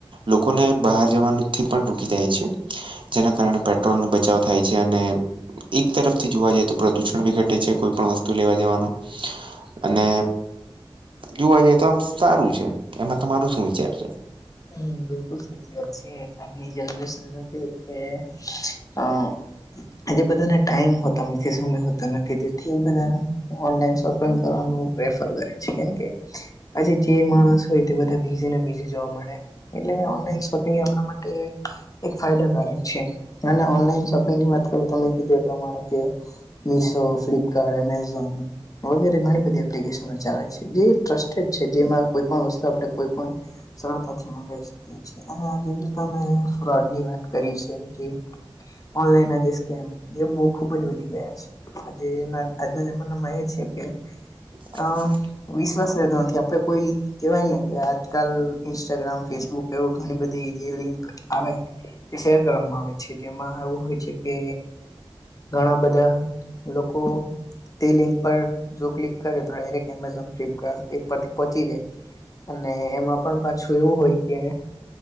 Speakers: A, on the right; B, on the left.
A: લોકોને બહાર જવાનું થી પણ રોકી જાય છે. જેના કારણે પેટ્રોલ નું બચાવ થાય છે, અને એક તરફથી જોવા જાય તો પ્રદુષણ પણ ઘટે છે, કોઈ પણ વસ્તુ લેવા જવાનું અને જોવા જઈ તો આમ સારું છે, એમાં તમારું શું વિચાર છે,
B: હમ બિલકુલ સાચી વાત છે, આજની જનરેશનમાં કેવું કે અ આજે બધાને ટાઈમ હોતો નથી, સમય હોતો નથી તેથી બધાને ઓનલાઈન શોપિંગ કરવાનું પ્રેફર કરે છે, કેમકે આજે જે માણસ હોય તે બીઝી ને બીઝી જોવા મળે. એટલે ઓનલાઈન શોપિંગ આપણા માટે એક ફાયદાકારક છે, અને ઓનલાઈન શોપિંગની વાત કરુ તમે કીધું એ પ્રમાણે કે મિશો, ફ્લિપકાર્ટ, એમેઝોન વગેરે ઘણી બધી એપ <unintelligible> ચાલે છે જે ટ્રસ્ટેડ છે, જેમાં કોઈ પણ વસ્તુ આપડે કોઈ પણ સરળતા લઈ શકીએ છીએ અને આજે જો તમે ફ્રોડની વાત કરી છે, જે ઓનલાઈનના જે સ કેમ જેમ બહુ ખુબ જ વધી ગયા છે, આજેના આજના જમાનામાં એ છે કે
A: હા.
B: અ વિશ્વાસ રહેતો નથી આપડે કોઈ કેવાય ને કે આજકાલ ઈન્સ ટાગ્રામ, ફેસબુક એવુ ઘણી બધી જે લિંક આવે હે. એ શેર કરવામાં આવે છે, જેમાં એવું હોય છે કે ઘણા બધા લોકો તે લિંક પર જો ક્લિક કરે તો, ડાયરેક્ટ એમેઝોન, ફ્લિપકાર્ટ એપ પરથી પહોંચી જાય. અને એમાં પણ પાછું એવું હોય કે